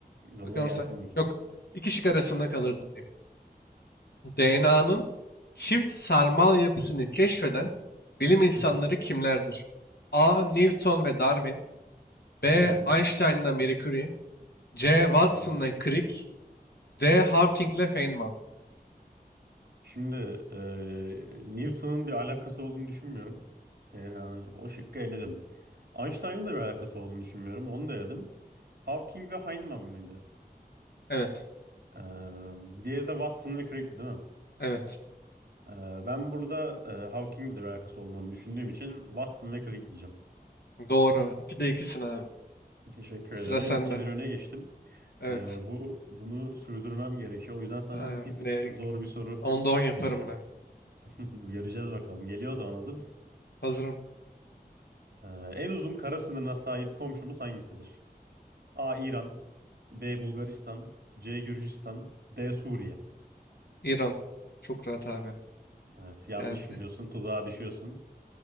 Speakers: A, on the right; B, on the left.
A: yolla
B: Bakalım
A: gelsin
B: sen.
A: bakayım.
B: Yok. İki şık arasında kalırdım diyeyim. DNA'nın çift sarmal yapısını keşfeden bilim insanları
A: Hı hı.
B: kimlerdir? A. Newton ve Darwin. B.
A: Hı hı.
B: Einstein'la Marie Curie. C. Watson'la
A: hı hı.
B: Crick. D. Hawking'le Feynman.
A: Şimdi eee, Newton'un bir alakası olduğunu düşünmüyorum. Yani o şıkkı eledim. Einstein'ın da bir alakası olduğunu düşünmüyorum. Onu da eledim. Hawking ve Feynman mıydı?
B: Evet.
A: Eee diğeri de Watson ve Crick değil mi?
B: Evet.
A: Eee, ben burada eee, Hawking'le de bir alakası olduğunu düşündüğüm için Watson ve Crick diyeceğim.
B: Doğru. İkide ikisin abi.
A: Teşekkür
B: Sıra
A: ederim.
B: sende.
A: 2 bir öne geçtim.
B: Evet.
A: Eee, bu bunu sürdürmem gerekiyor. O yüzden sana
B: Abi,
A: bir tık
B: ne?
A: zor bir soru
B: Onda on yaparım
A: vereceğim.
B: ben.
A: <laughs> Göreceğiz bakalım. Geliyor o zaman hazır mısın?
B: Hazırım.
A: Ee, en uzun kara sınırına sahip komşumuz hangisidir? A. İran B. Bulgaristan C. Gürcistan D. Suriye
B: İran. Çok rahat abi.
A: Evet yanlış
B: Yani.
A: biliyorsun tuzağa düşüyorsun.